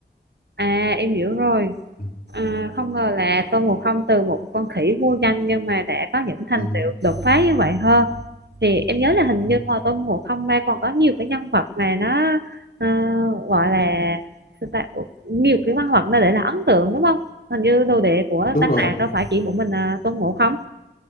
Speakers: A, on the right (about 65°); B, on the left (about 50°).
A: à em hiểu rồi
B: Ừ.
A: À, không ngờ là Tôn Ngộ Không từ một con khỉ vô danh nhưng mà đã có những thành
B: Ừ.
A: tựu đột phá như vậy hơn thì em nhớ là hình
B: Ừ.
A: như ngoài Tôn Ngộ Không ra còn có nhiều cái nhân vật mà nó ờ, gọi là sao ta? Ủa, nhiều cái nhân vật nó để là ấn tượng đúng không hình như đồ đệ của
B: Đúng
A: tác
B: rồi.
A: giả đâu phải chỉ một mình à, Tôn Ngộ Không